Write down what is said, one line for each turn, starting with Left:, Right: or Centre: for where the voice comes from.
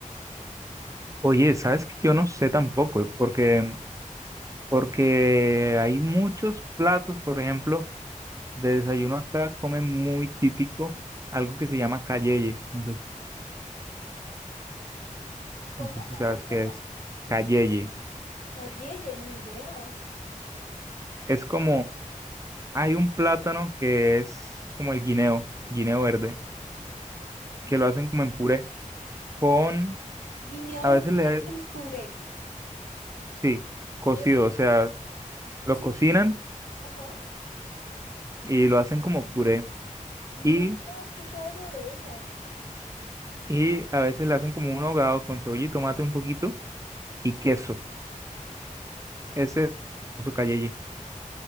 Right: Oye, ¿sabes que yo no sé tampoco? Porque, porque hay muchos platos, por ejemplo, de desayuno acá comen muy típico algo que se llama cayeye. No sé si,
Left: ¿Cómo?
Right: no sé si
Left: ¿Cómo
Right: sabes
Left: se
Right: qué
Left: llama?
Right: es cayeye.
Left: Calleye, ni idea.
Right: Es como, hay un plátano que es como el guineo, guineo verde,
Left: Mm,
Right: que lo hacen como
Left: gui-
Right: en puré, con,
Left: Guineo
Right: a
Left: verde
Right: veces le,
Left: en puré.
Right: sí, cocido,
Left: Uy,
Right: o sea,
Left: Sí,
Right: lo cocinan
Left: sí, ajá.
Right: y lo hacen como puré
Left: Nunca
Right: y,
Left: he escuchado sobre eso.
Right: y a veces le hacen como un ahogado con cebolla y tomate un poquito y queso. Ese es su cayeye.